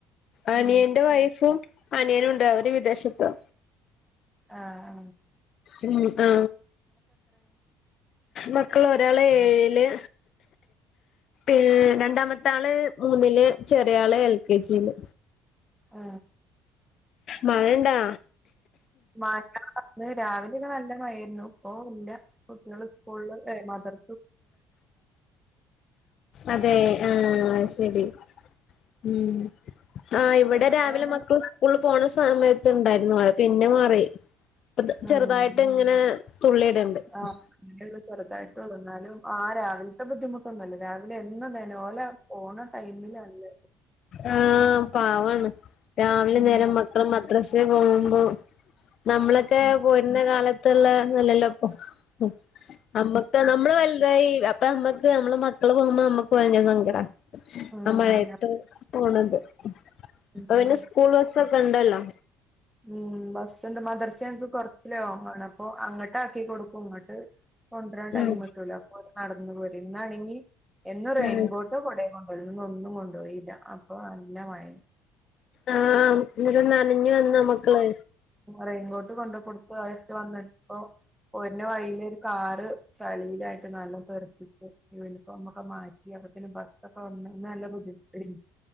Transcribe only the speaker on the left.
അനിയന്റെ
വൈഫും അനിയനും ഉണ്ട് അവര് വിദേശത്താ
ഉം ആ മക്കള് ഒരാള് ഏഴില്
ഏഹ് രണ്ടാമത്തെ ആള് മൂന്നില് ചെറിയ ആള് എൽ കെ ജിയില്
മഴണ്ടാ
അതെ ആ ശരി ഉം ആ് ഇവിടെ
രാവിലെ
മക്കൾ സ്കൂൾ പോണ സമയത്ത് ണ്ടായിരുന്നു മഴ പിന്നെ മാറി പ തെ
ചെറുതായിട്ട് ഇങ്ങനെ തുള്ളിടെണ്ട്
ഉം
ആ പാവാണ് രാവിലെ
നേരം മക്കളും മദ്രസ്സ് തെ പോകുമ്പോ നമ്മളൊക്കെ
പോരുന്ന കാലത്തുള്ള നല്ലല്ലോ ഇപ്പൊ ഉം അമ്മക്ക് നമ്മള് വലുതായി അപ്പ അമ്മക്ക് നമ്മള്‌ മക്ക മക്കള് പോകുമ്പോ നമ്മക്ക് ഭയങ്കര സങ്കടാ
ആ മഴയത്ത് തു പോണത് ഇപ്പോ
പിന്നെ സ്കൂൾ ബസ്സൊക്കെ ഇണ്ടല്ലോ
ഉം
ഉം
ആ ന്നിട്ട് നനഞ്ഞു വന്നുമ്മക്കള്